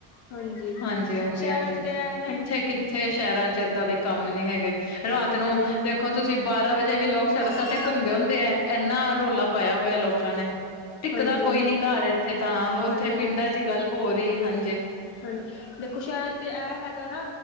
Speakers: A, on the left; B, on the left.
A: ਹਾਂਜੀ।
B: ਹਾਂਜੀ ਹਾਂਜੀ
A: ਸ਼ਹਿਰਾਂ
B: ਹਾਂਜੀ
A: ਚ ਤੇ ਐ ਨੇ
B: ਇੱਥੇ ਕਿੱਥੇ ਸ਼ਹਿਰਾਂ ਚ ਏਦਾਂ ਦੇ ਕੰਮ ਨੀ ਹੈਗੇ ਰਾਤ
A: ਹਾਂਜੀ
B: ਨੂੰ ਦੇਖੋ ਤੁਸੀਂ ਬਾਰਾਂ ਵਜੇ ਵੀ ਲੋਕ ਸੜਕਾਂ ਤੇ ਘੁੰਮਦੇ ਹੁੰਦੇ ਹੈ ਇੰਨਾ ਰੋਲਾ ਪਾਇਆ ਹੋਇਆ ਲੋਕਾਂ ਨੇ ਟਿੱਿਕਦਾ
A: ਹਾਂਜੀ
B: ਕੋਈ ਨੀ ਘਰ ਇੱਥੇ ਤਾਂ ਉੱਥੇ
A: ਹਾਂਜੀ ਦੇਖੋ
B: ਪਿੰਡਾਂ ਦੀ ਗੱਲ ਹੋ ਰ ਹੀ ਹਾਂਜੀੇ।
A: ਹਾਂਜੀ ਦੇਖੋ ਸ਼ਹਿਰ ਤੇ ਇਹ ਹੈਗਾ ਨਾ